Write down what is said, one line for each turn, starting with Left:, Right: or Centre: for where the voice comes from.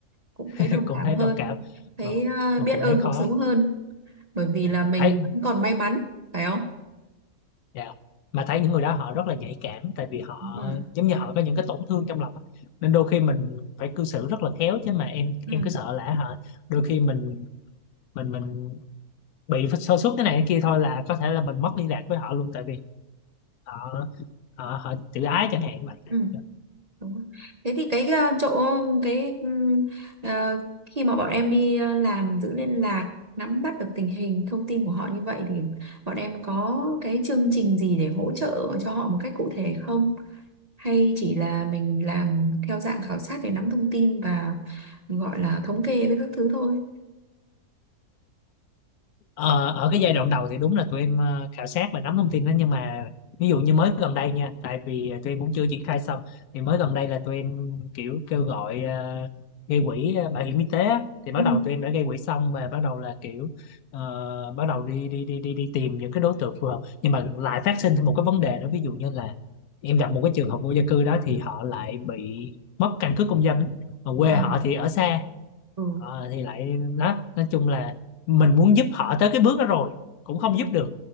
Right: cũng
Left: <laughs>
Right: thấy đồng
Left: cũng
Right: cảm
Left: thấy
Right: hơn
Left: đồng cảm
Right: thấy
Left: mà
Right: ờ,
Left: mà
Right: biết
Left: cũng
Right: ơn
Left: thấy khó
Right: cuộc sống hơn bởi vì
Left: Dạ,
Right: là mình
Left: thấy
Right: vẫn còn may mắn phải không
Left: dạ. mà thấy những người đó họ rất là nhạy cảm tại vì họ
Right: Đúng rồi.
Left: giống như họ có những cái tổn thương trong lòng á. nên đôi khi mình phải cư xử rất là khéo chứ mà em
Right: Ừ.
Left: em cứ sợ là họ đôi khi mình mình mình bị sơ suất cái này cái kia thôi là có thể là mình mất liên lạc với họ luôn tại vì họ họ họ tự ái chẳng hạn như vậy
Right: Ừ. Đúng rồi. Thế thì cái ờ, chỗ cái ừm, ờ, khi mà bọn em đi ờ, làm giữ liên lạc nắm bắt được tình hình thông tin của họ như vậy thì bọn em có cái chương trình gì để hỗ trợ cho họ một cách cụ thể không? Hay chỉ là mình làm theo dạng khảo sát để nắm thông tin và gọi là thống kê với các thứ thôi?
Left: ờ, ở cái giai đoạn đầu thì đúng là tụi em ờ, khảo sát và nắm thông tin đó nhưng mà ví dụ như mới gần đây nha tại vì ờ, tụi em cũng chưa triển khai xong thì mới gần đây là tụi em kiểu kêu gọi ờ, gây quỹ ờ, bảo hiểm y tế á. thì bắt
Right: Ừ.
Left: đầu tụi em đã gây quỹ xong và bắt đầu là kiểu ờ, bắt đầu đi đi đi đi đi tìm những cái đối tượng phù hợp nhưng mà lại phát sinh thêm một cái vấn đề nữa ví dụ như là em gặp một cái trường hợp vô gia cư đó thì họ lại bị mất căn cước công dân á. mà quê
Right: Ừ.
Left: họ thì ở xa
Right: Ừ.
Left: Ờ, thì lại đó nói chung là mình muốn giúp họ tới cái bước đó rồi cũng không
Right: Ừ.
Left: giúp được